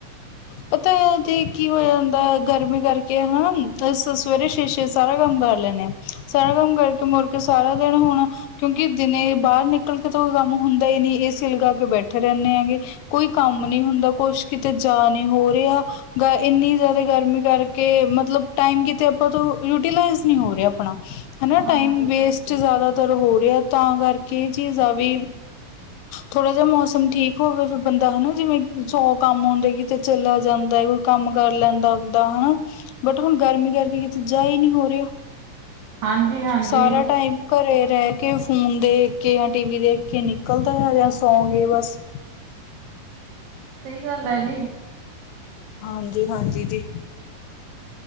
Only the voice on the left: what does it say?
ਪਤਾ ਤੇ ਕੀ ਹੋ ਜਾਂਦਾ ਗਰਮੀ ਕਰਕੇ ਹਨਾ ਅਸੀਂ ਸਵੇਰੇ ਛੇ- ਛੇ ਸਾਰਾ ਕੰਮ ਕਰ ਲੈਂਣੇ ਆ। ਸਾਰਾ ਕੰਮ ਕਰਕੇ ਮੁਰਕੇ ਸਾਰਾ ਦਿਨ ਹੁਣ ਕਿਉਂਕਿ ਦਿਨੇ ਬਾਰ ਨਿਕਲ ਕੇ ਤਾਂ ਕੋਈ ਕੰਮ ਹੁੰਦਾ ਈ ਨੀ ਏ‌ ਸੀ ਲਗਾ ਕੇ ਬੈਠੇ ਰਹਿਣੇ ਆ ਗੇ। ਕੋਈ ਕੰਮ ਨੀ ਹੁੰਦਾ ਕੁਛ ਕਿਤੇ ਜਾ ਨੀ ਹੋ ਰਿਹਾ। ਗਾ ਇੰਨੀ ਜ਼ਿਆਦਾ ਗਰਮੀ ਕਰਕੇ ਮਤਲਬ ਟਾਈਮ ਕਿਤੇ ਆਪਾਂ ਤੋਂ ਯੂਟੀਲਾਈਜ਼ ਨੀ ਹੋ ਰਿਹਾ ਆਪਣਾ। ਹਨਾ
ਟਾਈਮ ਵੇਸਟ
ਜ਼ਿਆਦਾਤਰ ਹੋ ਰਿਹਾ ਤਾਂ ਕਰਕੇ ਇਹ ਚੀਜ਼ ਆ ਵੀ ਥੋੜਾ ਜੇਹਾ ਮੌਸਮ ਠੀਕ ਹੋਵੇ ਫੇ ਬੰਦਾ ਹਨਾ ਜਿਵੇਂ ਸੌ ਕੰਮ ਹੁੰਦਾ। ਕਿਤੇ ਚਲਾ ਜਾਂਦਾ ਕੋਈ ਕੰਮ ਕਰ ਲੈਂਦਾ ਆਵਦਾ ਹਨਾ। ਬਟ ਹੁਣ ਗਰਮੀ ਕਰਕੇ ਕਿਤੇ ਜਾ ਈ ਨੀ ਹੋ ਰਿਹਾ,
ਸਾਰਾ ਟਾਈਮ ਘਰੇ ਰਹਿ ਕੇ ਫ਼ੋਨ ਦੇਖ ਕੇ ਜਾਂ ਟੀ ਵੀ ਦੇਖ ਕੇ ਨਿਕਲਦਾ ਆ ਜਾਂ ਸੋ ਗੇ ਬਸ
ਹਾਂਜੀ- ਹਾਂਜੀ, ਜੀ।